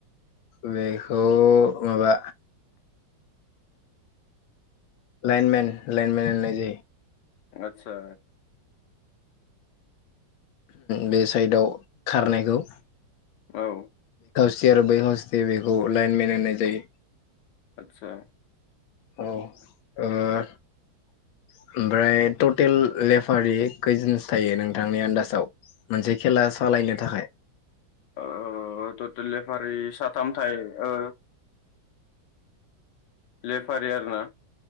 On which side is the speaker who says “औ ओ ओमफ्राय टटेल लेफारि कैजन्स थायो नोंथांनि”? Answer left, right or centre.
Left